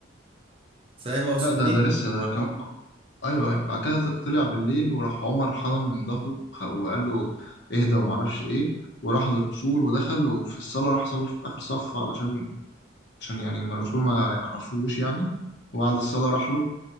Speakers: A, on the right; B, on the left.
A: فاهم اقصد
B: لا ده
A: ايه؟
B: ده لسه ده كمان ايوه ايوه بعد كده ط- طلع بالليل وراح عمر حضنه من ظهره خ- وقال له اهدى وما اعرفش ايه وراح للرسول ودخل وفي الصلاة راح صلى في آخر صف علشان عشان يعني ما الرسول ما يعرفوش يعني وبعد الصلاة راح له